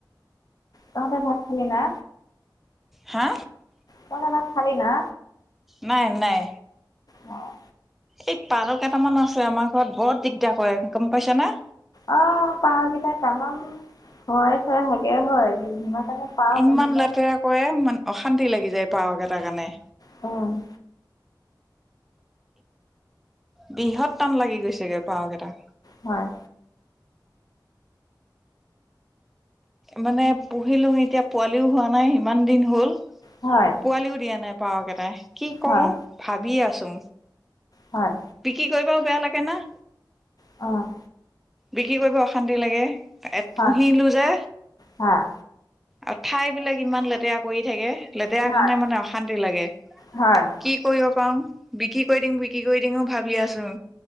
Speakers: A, on the left; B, in the centre.
A: তহঁতে ভাত খালি না?
B: হা?
A: তহঁতে ভাত খালি না?
B: নাই নাই।
A: অ'।
B: এই তাল কেইটামান আছে আমাৰ ঘৰত বৰ দিগদাৰ কৰে গম পাইছা না?
A: অ', পাৰ কেইটা তামাম হৈ চে ভাগে হয় বি কাৰণে পাৰ
B: ইমান
A: পুহিলে
B: লেতেৰা কৰে মান অশান্তি লাগি যায় পাৰহ কেইটাৰ কাৰণে।
A: অ'।
B: বৃহত্তম লাগি গৈছে গৈ পাৰ কেইটা।
A: হয়।
B: মানে পুহিলোঁ এতিয়া পোৱালিও হোৱা নাই ইমান দিন হ'ল।
A: হয়।
B: পোৱালিও দিয়া নাই পাৰ কেটাই কি কওঁ
A: হয়
B: ভাবি আছো।
A: হয়।
B: বিক্ৰী কৰিবও বেয়া লাগে না।
A: অ'।
B: বিক্ৰী কৰিব অশান্তি লাগে
A: হয়
B: পুহিলো যে।
A: হয়
B: আৰু ঠাইবিলাক ইমান লেতেৰা কৰি থাকে লেতেৰা
A: হয়
B: কাৰণে মানে অশান্তি লাগে।
A: হয়
B: কি কৰিব পাৰওঁ বিক্ৰী কৰি দিম বিক্ৰী কৰি দিঙো ভাবি আছো।